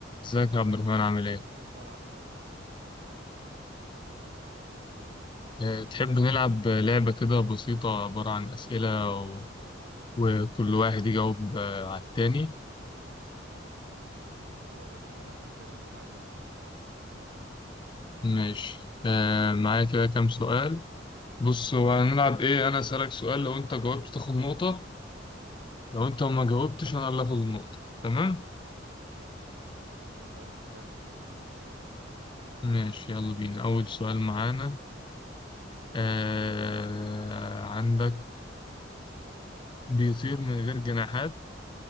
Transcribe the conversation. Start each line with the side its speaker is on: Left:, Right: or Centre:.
Left: ازيك يا عبد الرحمن عامل ايه؟
Right: ايه الاخبار يا عبد الحمد لله
Left: أه تحب نلعب لعبة كده بسيطة عبارة عن أسئلة و... وكل واحد يجاوب آه، على التاني
Right: يلا يا باشا ليه لا انا كده كده كنت قاعد زهقان اصلا
Left: ماشي أه معايا كده كام سؤال بص هو هنلعب ايه أنا أسألك سؤال لو أنت جاوبت تاخد نقطة لو أنت ما جاوبتش أنا اللي هاخد النقطة تمام؟
Right: اتفقنا حلو
Left: ماشي يلا بينا أول سؤال معانا أه عندك بيطير من غير جناحات